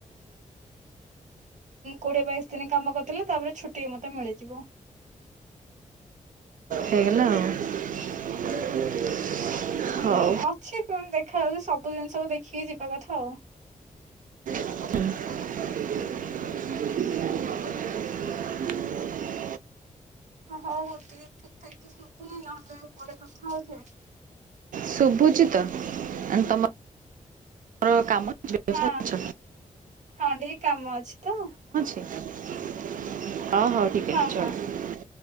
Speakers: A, on the right; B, on the right.
A: କୋଡିଏ, ବାଇଶ ଦିନ କାମ କରିଦେଲେ, ତାପରେ ଛୁଟି ମତେ ମିଳିଯିବ।
B: ହେଇଗଲା ଆଉ <inaudible>
A: ହୁଁ,
B: ହଉ
A: ଅଛି ପୁଣି ଦେଖାଯାଉ, ସବୁ ଜିନିଷକୁ ଦେଖିକି ଯିବା କଥା ଆଉ।
B: ହୁଁ <inaudible> <inaudible>
A: ହଁ, ହଉ ଠିକ ଠାକ ଶୁବୁନି ନହେଲେ ପରେ କଥା ହେଉଚି।
B: ଶୁଭୁଚିତ, ଆ ତମ ମର କାମ ଅଛି, ବ୍ୟସ୍ତ
A: ହଁ,
B: ଅଛ
A: ହଁ, ଟିକେ କାମ ଅଛି ତ।
B: <inaudible> ହଉ, ହଉ ଠିକ
A: ହଁ
B: ଅଛି, ଚଳି
A: ହଁ।